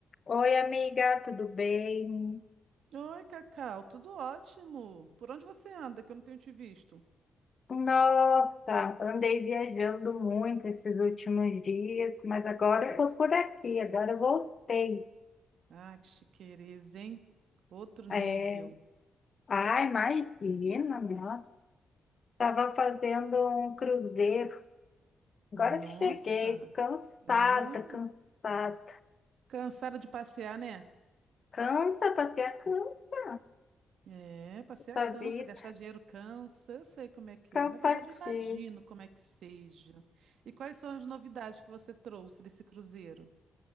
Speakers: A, on the left; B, on the right.
A: Oi, amiga, tudo bem?
B: Oi, Cacau, tudo ótimo. Por onde você anda que eu não tenho te visto?
A: Nossa, andei viajando muito esses últimos dias, mas agora eu tô por aqui, agora eu voltei.
B: Ah, que chiqueza, hein? Outro nível.
A: É... Ah, imagina, nossa, estava fazendo um cruzeiro. Agora
B: Nossa,
A: que cheguei, cansada,
B: é.
A: cansada.
B: Cansada de passear, né?
A: Cansa, passei a cansa,
B: É, passear
A: a
B: cansa,
A: vida,
B: gastar dinheiro cansa. Eu sei como é que
A: cansativo.
B: é. Na verdade, eu imagino como é que seja. E quais são as novidades que você trouxe desse cruzeiro?